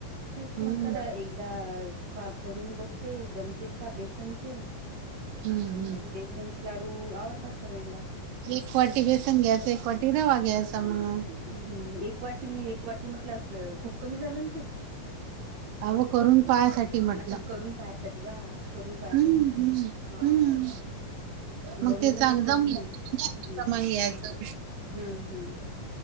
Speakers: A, on the right (about 60°); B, on the right (about 80°).
A: म्हटलं
B: हम्म
A: एक दार पा करून बघते जमते का बेसनचे
B: हम्म हम्म
A: बेसनचे लाडू आवडतात सगळ्यांना
B: एक वाटी बेसन घ्यायच एक वाटी रवा घ्यायचा मग
A: म एक वाटी एक वाटी म्हटलं खूप कमी झालं ना ते
B: अहो करून पाहासाठी म्हटलं
A: अच्छा करून पायासाठी का करून पायसाठी
B: हम्म, हम्म,
A: हा
B: हम्म. मग
A: बघेल
B: ते सागजा
A: करून
B: मी प्रमाण
A: हम्म
B: घ्यायचं
A: हम्म हम्म